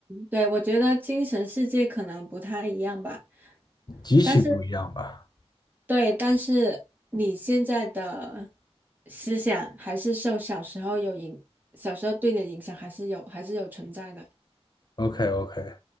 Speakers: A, on the right (about 15°); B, on the left (about 40°).
A: 对，我觉得精神世界可能不太一样吧，
B: 极其不一样吧
A: 但是对，但是你现在的思想还是受小时候有影，小时候对你的影响还是有，还是有存在的。
B: ？OK OK，